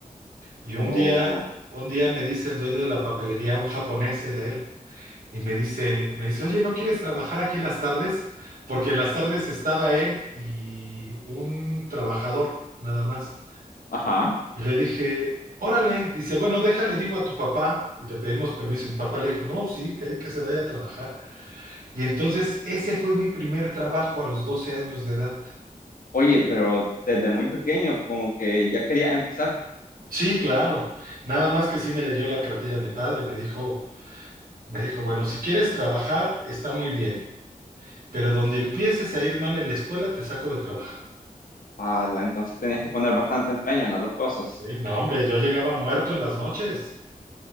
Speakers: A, on the right; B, on the left.
A: Y un
B: O,
A: día, un día me dice el dueño de la papelería, un japonés era él, y me dice, me dice, oye, ¿no quieres trabajar aquí las tardes? Porque las tardes estaba él y un trabajador, nada más.
B: ajá.
A: Y le dije, órale, dice, bueno, déjale, digo a tu papá, y le pedimos permiso. Mi papá le dijo, no, sí, que, hay que se vaya a trabajar. Y entonces ese fue mi primer trabajo a los 12 años de edad.
B: Oye, pero desde muy pequeño como que ya quería empezar.
A: Sí, claro. Nada más que sí me leyó la cartilla mi padre, me dijo, me dijo, bueno, si quieres trabajar, está muy bien, pero donde empieces a ir mal en la escuela, te saco de trabajar.
B: Ala, entonces tenías que poner bastante empeño en las dos cosas.
A: Sí, no, hombre, yo llegaba muerto en las noches.